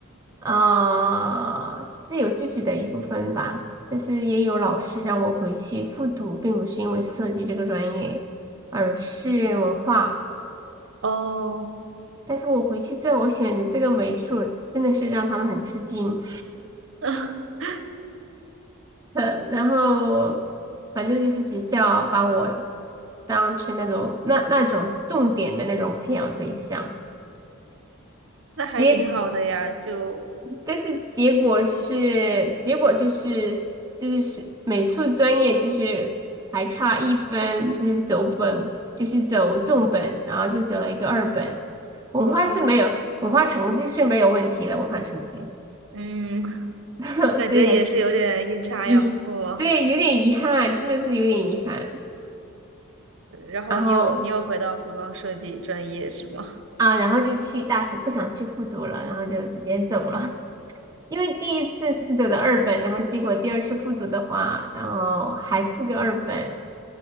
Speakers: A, on the right (about 15°); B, on the right (about 60°).
A: 啊、其实有自己的一部分吧，但是也有老师让我回去复读，并不是因为设计这个专业，而是文化。
B: 哦，
A: 但是我回去之后，我选的这个美术真的是让他们很吃惊。
B: <laughs>
A: 呃，然后反正就是学校把我当成那种那那种重点的那种培养对象，
B: 那还挺好的呀，
A: 结
B: 就
A: 但是结果是结果就是就是是美术专业就是还差一分，就是走本就是走重本，然后就走了一个二本，文化是没有文化成绩是没有问题的，
B: 嗯，
A: 文化成绩，
B: 嗯，<laughs>
A: <laughs>
B: 感觉也是有点阴差阳错。
A: 所以还是遗对有点遗憾，真的是有点遗憾，
B: 呃然后你有你有回到服装设计专业是吗？
A: 然后。啊，然后就去大学，不想去复读了，然后就直接走了。<laughs> 因为第一次是走的二本，然后结果第二次复读的话，然后还是个二本。